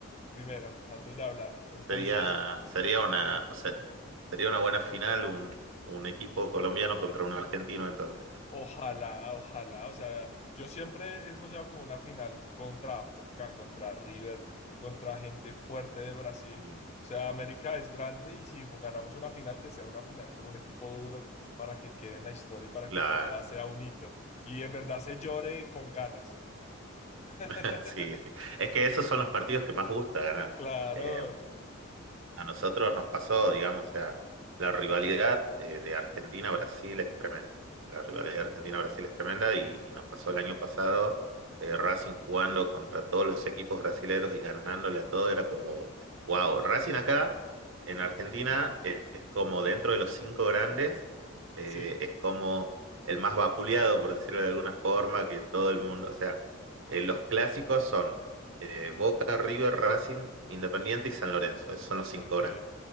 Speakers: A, on the left; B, on the right.
A: primero, antes de hablar. Entonces...
B: Sería, sería una, o sea, sería una buena final un, un equipo colombiano contra un argentino entonces.
A: Ojalá, ojalá, o sea, yo siempre he soñado con una final contra Boca, contra River, contra gente fuerte de Brasil.
B: Mm,
A: O sea, América es grande y si ganamos una final, que sea una final con un equipo duro para que quede en la historia y para
B: Claro,
A: que en verdad sea un hito y en verdad se llore con ganas. <laughs>
B: <laughs> sí, sí. Es que esos son los partidos que más gusta ganar.
A: Claro,
B: Eh, A nosotros nos pasó, digamos, o sea, la rivalidad eh, de Argentina-Brasil es tremenda. La rivalidad de Argentina-Brasil es tremenda y, y nos pasó el año pasado eh, Racing jugando contra todos los equipos brasileños y ganándole a todo, era como, wow, Racing acá en Argentina eh, es, como dentro de los cinco grandes, eh,
A: sí,
B: es como el más vapuleado, por decirlo de alguna forma, que todo el mundo, o sea, eh, los clásicos son eh, Boca, River, Racing, Independiente y San Lorenzo. Esos son los cinco
A: ok,
B: grandes.